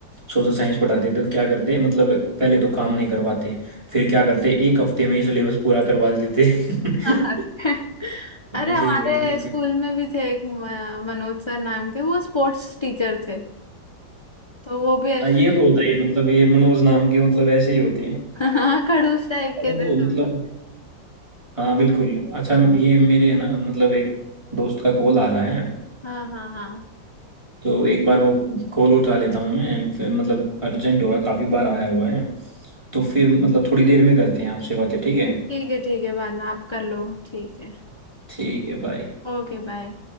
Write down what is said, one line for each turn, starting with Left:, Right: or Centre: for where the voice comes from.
Right: सोशल साइंस पढ़ाते थे तो क्या करते मतलब पहले तो काम नहीं करवाते फिर क्या करते एक हफ्ते में ही सिलेबस पूरा करवा देते <laughs>
Left: अरे <laughs> अरे
Right: ऐसे
Left: हमारे
Right: ही थी वो, बिल्कुल
Left: स्कूल में भी थे एक म- मनोज सर नाम के वो स्पोर्ट्स टीचर थे तो वो भी ऐसे
Right: हाँ, ये तो होता ही है मतलब ये मनोज नाम के मतलब ऐसे ही होते हैं
Left: <laughs> हाँ खड़ूस टाइप
Right: सबको
Left: के थे थोड़े
Right: मतलब हाँ बिल्कुल अच्छा ये मेरे है ना मतलब एक दोस्त का कॉल आ रहा है
Left: हाँ हाँ हाँ
Right: तो एक बार वो कॉल उठा लेता हूँ मैं फिर मतलब अर्जेंट होगा काफी बार आया हुआ है तो फिर मतलब थोड़ी देर में करते हैं आपसे बातें ठीक है
Left: ठीक है ठीक है बाद में आप कर लो ठीक है
Right: ठीक है बाय
Left: Okay bye